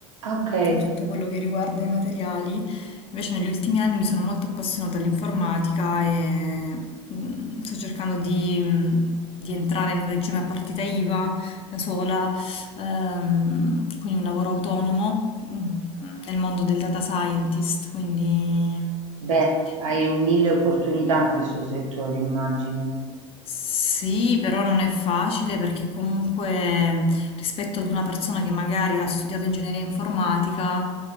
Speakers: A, on the right; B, on the left.
A: Ok.
B: in tutto quello che riguarda i materiali. Invece negli ultimi anni mi sono molto appassionata all'informatica e mm, sto cercando di, mm, di entrare in un regime a partita IVA da sola, ehm, quindi un lavoro autonomo mm, nel mondo del data scientist, quindi
A: Beh, hai
B: eh,
A: un mille opportunità in questo settore, immagino.
B: Sì, però non è facile perché comunque rispetto ad una persona che magari ha studiato ingegneria informatica,